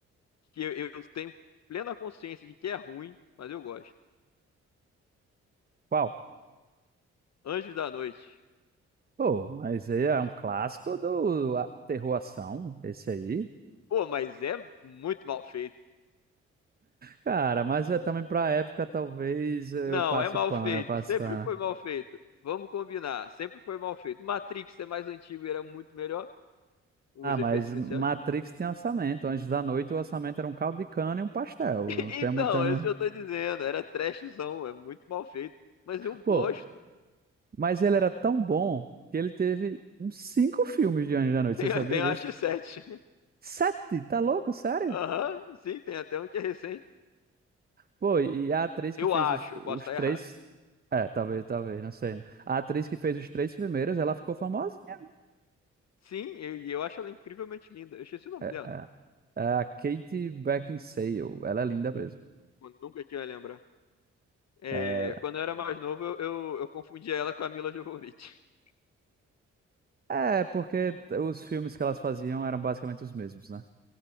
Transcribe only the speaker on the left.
que eu, eu tenho plena consciência de que é ruim, mas eu gosto.
Anjos da Noite.
Pô, mas é muito mal feito.
Não,
é mal
feito.
Sempre
foi mal feito. Vamos combinar. Sempre foi mal feito. Matrix é mais antigo e era muito melhor. Os
efeitos especiais.
<laughs>
Então,
esse eu tô dizendo. Era trashzão. É muito mal feito. Mas eu gosto.
<laughs>
Tem,
tem
a X7.
Aham, sim, tem até um que é recente.
Eu
acho,
eu posso estar
errado.
Sim, eu- e eu, acho ela incrivelmente linda. Eu esqueci o nome
dela.
Eu nunca que eu ia lembrar. É,
quando eu era mais novo, eu, eu, eu confundia ela com a Mila Jovovich. <laughs>